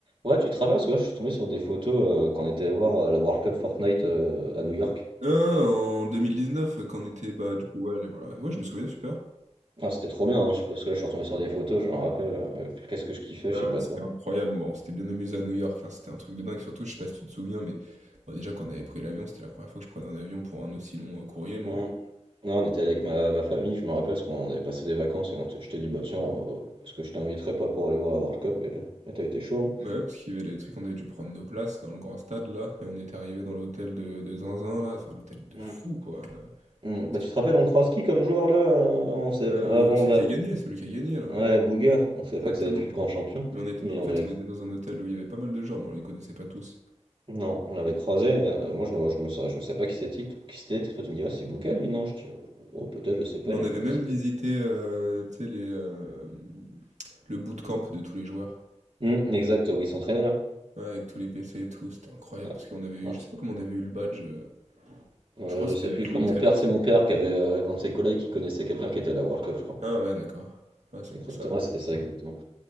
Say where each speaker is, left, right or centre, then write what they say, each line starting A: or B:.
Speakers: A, on the right; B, on the right.
A: Ouais, tu travailles parce que là, je suis tombé sur des photos euh, quand on était allé voir euh, la World Cup Fortnite euh, à New York.
B: Ah, en neuf quand on était, bah, du coup, ouais, allez, voilà. Ouais, je me souviens, super.
A: Ah, c'était trop bien, hein, je pense que là, je suis retombé sur des photos, je me rappelle, euh, qu'est-ce que je kiffais,
B: Ouais,
A: je sais pas
B: ouais, c'était
A: toi.
B: incroyable. Bon, on s'était bien amusé à New York, hein, C'était un truc de dingue. Surtout, je sais pas si tu te souviens, mais bon, déjà, quand on avait pris l'avion, c'était la première fois que je prenais un avion pour un aussi long euh, courrier, moi.
A: Mm. Non, on était avec ma, ma famille, je me rappelle, parce qu'on avait passé des vacances et on t- je t'ai dit, bah tiens, euh, est-ce que je t'inviterais pas pour aller voir la World Cup? Et et t'as été chaud.
B: Bah ouais, parce qu'il y avait les trucs, on avait dû prendre nos places dans le grand stade, là, et on était arrivé dans l'hôtel de, de Zinzin, là. Enfin, l'hôtel de
A: hein.
B: fou,
A: Mm.
B: quoi. euh,
A: Hmm,
B: je sais pas
A: Bah,
B: si
A: tu
B: tu
A: te
B: te
A: rappelles,
B: souviens.
A: on croise qui comme joueur là? euh, On savait
B: Euh,
A: pas- avant,
B: celui
A: là.
B: qui a gagné, celui qui a gagné, là.
A: Ouais, Bouga, on savait
B: Exactement.
A: pas que ça allait être lui le grand champion,
B: Mais on était,
A: mais
B: en
A: on
B: fait,
A: avait
B: on était dans un hôtel où il y avait pas mal de gens, mais on les connaissait pas tous.
A: Non, on l'avait croisé. euh, moi, je ne je me sa- je savais pas qui c'était. Qui c'était. Toi, tu me dis, ah, c'est Bouga, lui? Non, je dis, oh, oh, peut-être, je sais pas.
B: Mais
A: euh,
B: on avait même
A: c'était
B: visité
A: lui.
B: euh, tu sais, les, euh, le bootcamp de tous les joueurs,
A: Hum, exact, oui, il s'entraînait là.
B: Ouais, avec tous les PC et tout. C'était incroyable
A: Ouais.
B: parce qu'on avait
A: Ouais,
B: eu, je sais
A: c'est-
B: pas comment on avait eu le badge. euh,
A: euh,
B: je crois que
A: je
B: c'était
A: sais
B: avec
A: plus, je
B: l'hôtel,
A: crois, mon père,
B: je sais
A: c'est mon
B: plus.
A: père qui avait euh, un de ses collègues qui connaissait quelqu'un qui était à la World Cup, je crois.
B: Ah ouais, d'accord. Ah, c'est
A: Exactement,
B: pour ça alors.
A: ouais, c'était ça, exactement.